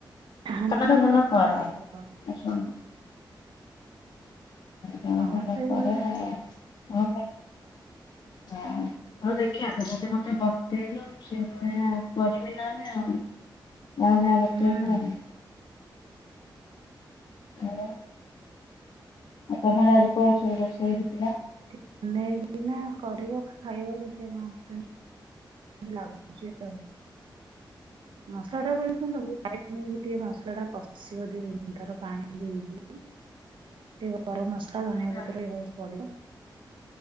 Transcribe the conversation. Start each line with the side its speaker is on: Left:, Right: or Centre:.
Right: ଆମର
Left: ତମେ ତ ଭଲ
Right: ମଟନ
Left: କର
Right: ପକଉ
Left: ମୁଁ ଶୁଣି ତମେ
Right: ହଁ
Left: ଭଲ
Right: ସେଇଭଳିଆ।
Left: କର ଆଉ। ହଁ ମୁଁ ହଁ। ହୋଉ ଦେଖିଆ ତମେ ତ ମତେ ବତେଇଲ ମୁଁ ସେଭଳିଆ କରିମି ନହନେ ଆଉ। ନାଇ ନାଇ ବତେଇ
Right: ହୁଁ
Left: <unintelligible> ହାଲୋ ଆଉ ତମର ଆଜି କଣ ସବୁ ରୋଷେଇ ହେଇଥିଲା।
Right: ଟି ନେଇକିନା କରିବ ଖାଇବ ଦେଖିଆ କଣ କେନ୍ ତି ଲାଗୁଚି ଆଉ। ମସଲାଟା ବି <unintelligible> ନେଇକି ଟିକେ ମସଲାଟା କଷିବ ଦିଇ ତିନ ଥର ପାଣି ଦେଇକି <unintelligible> ଗରମ ମସଲା ଧଣିଆ
Left: ହଁ।
Right: ପତ୍ର ଇଏ <unintelligible> ପଡିବେ